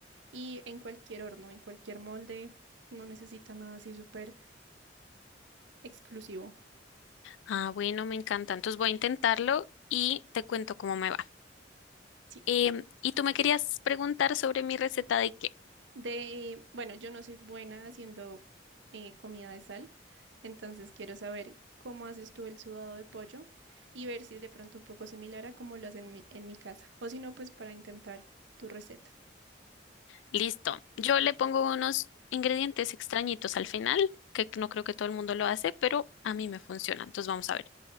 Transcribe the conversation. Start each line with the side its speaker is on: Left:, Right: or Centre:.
Right: y en cualquier horno, en cualquier molde, no necesita nada así súper exclusivo.
Left: Ah, bueno, me encanta. Entonces voy a intentarlo y te cuento cómo me va.
Right: Sí.
Left: Em, y tú me querías preguntar sobre mi receta de qué.
Right: De, bueno, yo no soy buena haciendo eh, comida de sal, entonces quiero saber cómo haces tú el sudado de pollo y ver si es de pronto un poco similar a cómo lo hacen en mi, en mi casa, o si no, pues para intentar tu receta.
Left: Listo. Yo le pongo unos ingredientes extrañitos al final, que no creo que todo el mundo lo hace, pero a mí me funciona. Entonces vamos a ver.